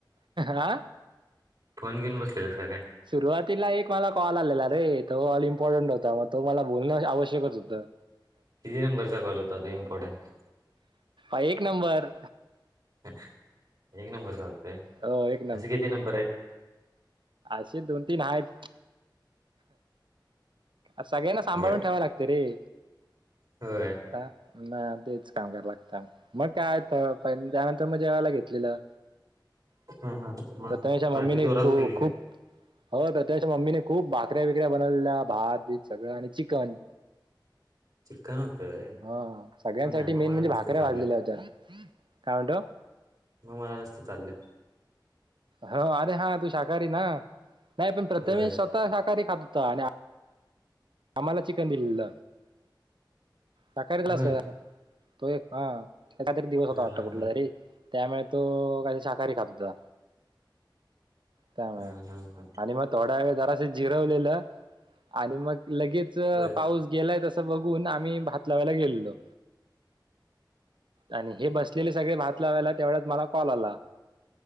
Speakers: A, on the right (about 80°); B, on the right (about 50°).
A: हा
B: फोन घेऊन बसलेलास का काय?
A: सुरुवातीला एक मला कॉल आलेला रे तो ऑल इम्पॉर्टंट होता मग तो मला बोलणं आवश्यकच होतं.
B: किती नंबरचा कॉल होता तो इम्पॉर्टंट?
A: एक नंबर
B: एक नंबर चालतंय
A: हो एक
B: असे किती नंबर आहेत.
A: अशे दोन तीन आहेत. सगळ्यांना सांभाळून
B: बर
A: ठेवाव लागत रे
B: होय.
A: का तेच काम कराव लागत मग काय तर त्यानंतर मग जेवायला घेतलेलं
B: हा हा मग
A: प्रथमेशच्या मम्मीने
B: पार्टी जोराच
A: खू
B: काय
A: खूप हो तर त्याच्या मम्मीने खूप भाकऱ्या बिकऱ्या बनविलेल्या भा तर बित सगळं आणि चिकन
B: चिक्कन होतं व्हय.
A: हा सगळ्यांसाठी
B: मग नाही मग
A: मेन
B: मला
A: म्हणजे
B: नुसतं
A: भाकऱ्या
B: चाललंय.
A: भाजलेल्या होत्या. काय म्हणतो
B: मग मला नसत चालल
A: हो अरे हा तू शाकाहारी ना नाही पण प्रथेमश
B: होय.
A: आता शाकाहारी खातो. आणि आम्हाला चिकन दिलेल शाकाहारी दिला
B: होय.
A: असत तो एक हा एखादा दिवस होता
B: हा
A: वाटत
B: हा
A: कुठला
B: हा.
A: तरी त्यामुळे तो काल शाकाहारी खात होता. त्यामुळे
B: हा हा हा.
A: आणि मग थोडा वेळ जरासं जिरवलेलं आणि मग लगेच
B: बर
A: पाऊस गेलाय तसं बघून आम्ही भात लावायला गेलेलो आणि हे बसलेले सगळे भात लावायला तेवढ्यात मला कॉल आला.